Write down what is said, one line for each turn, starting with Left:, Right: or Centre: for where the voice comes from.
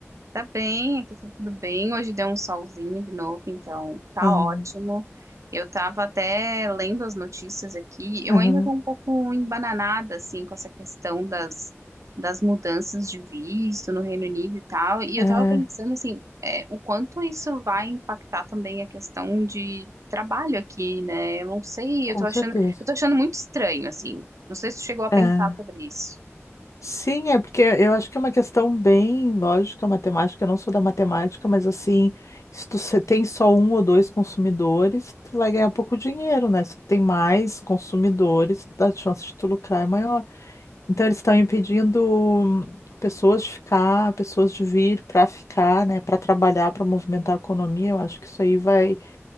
Right: Tá bem, aqui tá tudo bem. Hoje deu um solzinho de novo, então tá
Left: Aham,
Right: ótimo. Eu tava até lendo as notícias aqui. Eu
Left: aham,
Right: ainda tô um pouco embananada, assim, com essa questão das, das mudanças de visto no Reino Unido e tal. E
Left: é,
Right: eu tava pensando, assim, é, o quanto isso vai impactar também a questão de trabalho aqui, né? Eu não sei,
Left: com
Right: eu tô achando,
Left: certeza.
Right: eu tô achando muito estranho, assim. Não sei se tu chegou a pensar
Left: É.
Right: sobre isso.
Left: Sim, é porque eu acho que é uma questão bem lógica, matemática. Eu não sou da matemática, mas assim, se tu se- tem só um ou dois consumidores, tu vai ganhar pouco dinheiro, né? Se tu tem mais consumidores, a chance de tu lucrar é maior. Então eles estão impedindo hum, pessoas de ficar, pessoas de vir para ficar, né, para trabalhar, para movimentar a economia. Eu acho que isso aí vai.